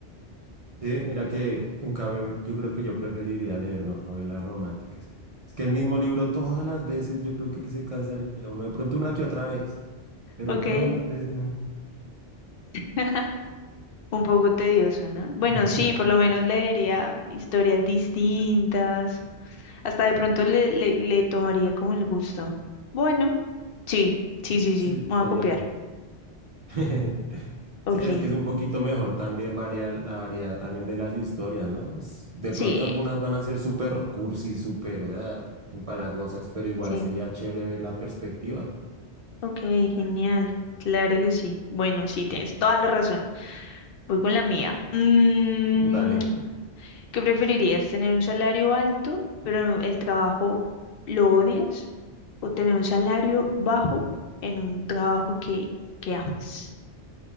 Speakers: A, on the right; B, on the left.
A: Sí, mira que en cambio yo creo que yo preferiría leer novelas románticas. Es que el mismo libro todas las veces yo creo que se cansaría uno, de pronto una que otra vez, pero
B: Ok.
A: todas las veces
B: <laughs> Un poco tedioso, ¿no? Bueno,
A: <laughs>
B: sí, por lo menos leería historias distintas. Hasta de pronto le, le, le tomaría como el gusto. Bueno, Sí, sí, sí,
A: sí,
B: sí. Me
A: sería
B: voy a copiar.
A: <laughs>
B: Ok.
A: Sí, es que es un poquito mejor también variar la variedad también de las historias, ¿no? Es- De
B: Sí,
A: pronto algunas van a ser súper cursi, súper ah, empalagosas, pero igual
B: sí.
A: sería chévere ver la perspectiva.
B: Ok, genial. Claro que sí. Bueno, sí, tienes toda la razón. Voy con la mía. Mm,
A: Dale,
B: ¿qué preferirías? ¿Tener un salario alto, pero el trabajo lo odias? ¿O tener un salario bajo en un trabajo que, que amas?